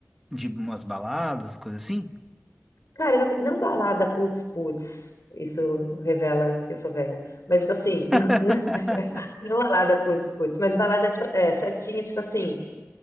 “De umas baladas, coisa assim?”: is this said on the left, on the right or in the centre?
Centre